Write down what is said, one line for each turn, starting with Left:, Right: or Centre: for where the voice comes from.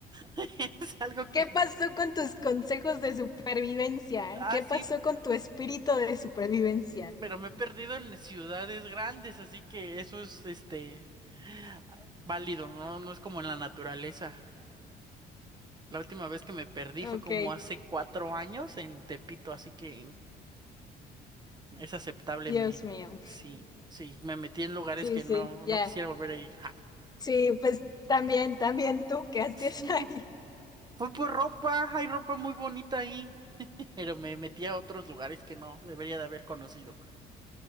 Right: <laughs> Es algo que,
Left: ¿qué pasó con tus consejos de supervivencia?
Right: ah,
Left: ¿Qué
Right: sí,
Left: pasó con tu espíritu de supervivencia?
Right: pero me he perdido en ciudades grandes, así que eso es, este, ah, válido, ¿no? No es como en la naturaleza. La última vez que me perdí
Left: Ok,
Right: fue como hace cuatro años en Tepito, así que es aceptable
Left: Dios
Right: mi,
Left: mío.
Right: sí, sí, me metí en lugares
Left: Sí,
Right: que
Left: sí,
Right: no, no
Left: ya.
Right: quisiera volver a ir.
Left: Sí, pues también, también tú, ¿qué haces
Right: <laughs>
Left: <laughs> ahí?
Right: Fue por ropa, hay ropa muy bonita ahí, <laughs> pero me metí a otros lugares que no debería de haber conocido.